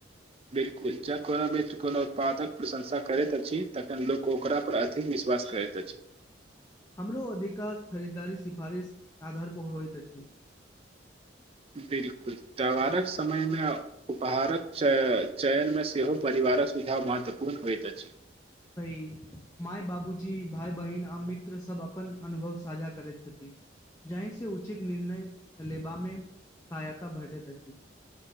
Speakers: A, on the right (about 30°); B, on the left (about 15°).
A: बिल्कुल जख कोनो मित्र कोनो उत्पादक प्रशंसा करैत अछि तखन लोक ओकरा पर अधिक विश्वास करैत अछ
B: हमरो अधिकाश खरीदारी सिफारिश आधार पर होइत अछ
A: बिल्कुल त्यारक समयम उपहारक चयन मे सेहो परिवारक सुझाव महत्वपूर्ण होयइत अछ
B: भइ माय बाबूजी भाय बहिन आ मित्र सब अपन अनुभव साझा करैत छथि जहि से उचित निर्णय लेबा मे सहायता भेटैत अछ